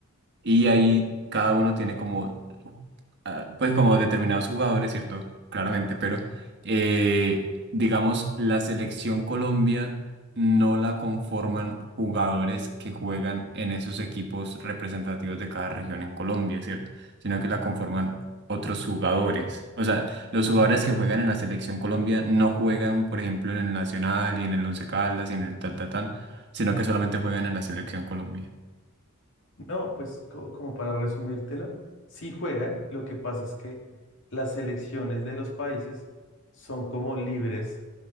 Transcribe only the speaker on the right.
Y ahí cada uno tiene como, ah, pues como determinados jugadores, ¿cierto? Claramente, pero eh, digamos, la selección Colombia no la conforman jugadores que juegan en esos equipos representativos de cada región en Colombia, ¿cierto? Sino que la conforman otros jugadores. O sea, los jugadores que juegan en la selección Colombia no juegan, por ejemplo, en el Nacional y en el Once Caldas y en el tal, tal, tal, sino que solamente juegan en la selección Colombia.